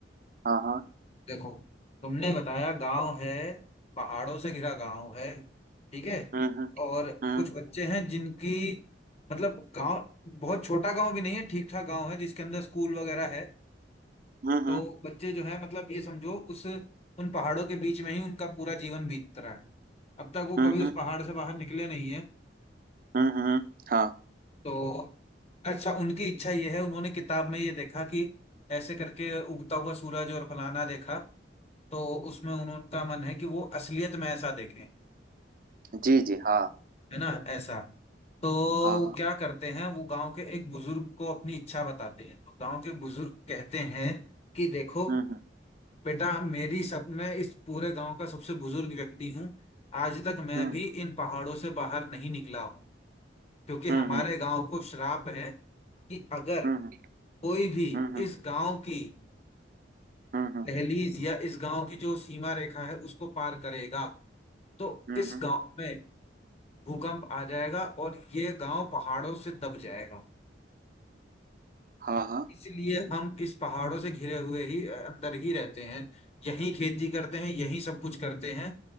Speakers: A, on the right; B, on the left.
A: हाँ हाँ
B: देखो तुमने बताया गांव है पहाड़ों से घिरा गांव है ठीक है
A: हम्म हम्म
B: और
A: हम्म
B: कुछ बच्चे हैं जिनकी मतलब गांव बहुत छोटा गांव भी नहीं है ठीक ठाक गांव है जिसके अंदर स्कूल वगैरह है
A: हम्म
B: तो बच्चे जो है मतलब ये समझो उस उन पहाड़ों के बीच में ही उनका पूरा जीवन बीत रहा है अब तक वो
A: हम्म
B: कभी
A: हम्म
B: उस पहाड़ से बाहर निकले नहीं है
A: हम्म हम्म, हाँ
B: तो अच्छा उनकी इच्छा ये है उन्होंने किताब में ये देखा कि ऐसे करके उगता हुआ सूरज और फलाना देखा तो उसमें उनका मन है कि वो असलियत में ऐसा देखें
A: जी जी हाँ
B: है ना ऐसा तो
A: हाँ
B: वो
A: हाँ
B: क्या करते हैं वो गांव के एक बुजुर्ग को अपनी इच्छा बताते हैं तो गांव के बुजुर्ग कहते हैं कि देखो
A: हम्म
B: बेटा मेरी सब मैं इस पूरे गांव का सबसे बुजुर्ग व्यक्ति हूँ आज तक मैं
A: हम्म
B: भी इन पहाड़ों से बाहर नहीं निकला हूँ क्योंकि
A: हम्म
B: हमारे गांव को श्राप है कि अगर
A: हम्म
B: कोई भी
A: हम्म हम्म हम्म
B: इस गांव की
A: हम्म हम्म हम्म,
B: दहलीज या इस गांव की जो सीमा रेखा है उसको पार करेगा तो
A: हम्म,
B: इस
A: हम्म, हम्म।
B: गांव में भूकंप आ जाएगा और ये गांव पहाड़ों से दब जाएगा
A: हाँ हाँ
B: इसलिए हम इस पहाड़ों से घिरे हुए ही अ, अंदर ही रहते हैं यहीं खेती करते हैं यहीं सब कुछ करते हैं